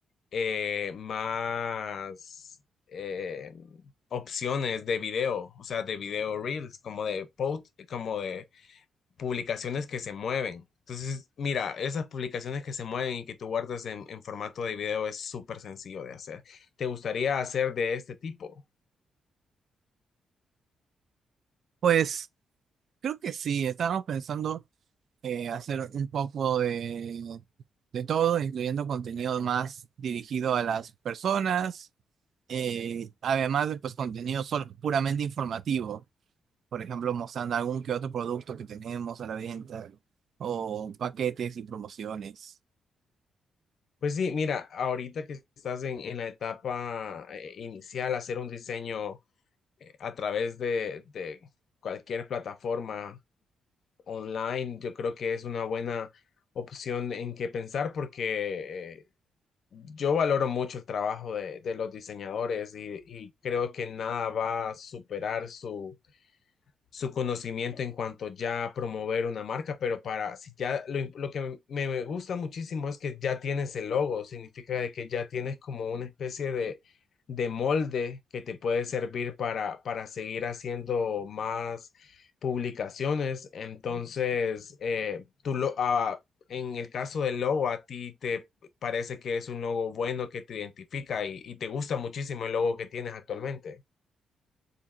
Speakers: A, on the left (about 50°); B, on the right (about 50°).
A: eh, más eh, opciones de video, o sea, de video reels, como de post, como de publicaciones que se mueven. Entonces, mira, esas publicaciones que se mueven y que tú guardas en, en formato de video es súper sencillo de hacer. ¿Te gustaría hacer de este tipo?
B: Pues Creo que sí, estábamos pensando eh, hacer un poco de, de todo, incluyendo contenido más dirigido a las personas, eh, además de pues contenido sol- puramente informativo, por ejemplo, mostrando algún que otro producto que tenemos a la venta, o paquetes y promociones.
A: Pues sí, mira, ahorita que estás en, en la etapa eh, inicial, hacer un diseño eh, a través de, de cualquier plataforma online, yo creo que es una buena opción en que pensar porque eh, Yo valoro mucho el trabajo de, de los diseñadores y, y creo que nada va a superar su, su conocimiento en cuanto ya a promover una marca, pero para si ya lo, im- lo que me, me gusta muchísimo es que ya tienes el logo, significa de que ya tienes como una especie de, de molde que te puede servir para, para seguir haciendo más publicaciones. Entonces, eh, tú lo, ah, en el caso del logo, a ti te parece que es un logo bueno que te identifica y y te gusta muchísimo el logo que tienes actualmente.